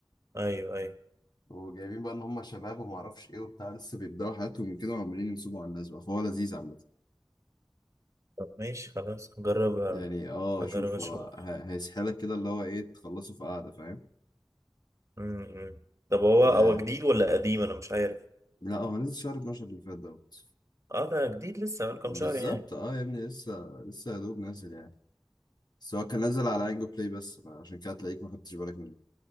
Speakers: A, on the right; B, on the left.
A: ايوه ايوه
B: وجايبين بقى ان هم شباب وما اعرفش ايه وبتاع لسه بيبداوا حياتهم كده وعمالين ينصبوا على الناس بقى فهو لذيذ عامه
A: طب ماشي خلاص هجرب
B: يعني اه
A: هجرب
B: شوف
A: اشوف
B: هو ه- هيسحلك كده اللي هو ايه تخلصه في قعده فاهم
A: امم طب هو هو
B: آه
A: جديد ولا قديم انا مش عارف
B: لا هو نزل شهر 12 اللي فات دوت
A: اه ده جديد لسه بقاله كام
B: بالظبط
A: شهر يعني
B: اه يا ابني لسه لسه يا دوب نازل يعني بس هو كان نازل على انجو بلاي بس فعشان كده تلاقيك ما خدتش بالك منه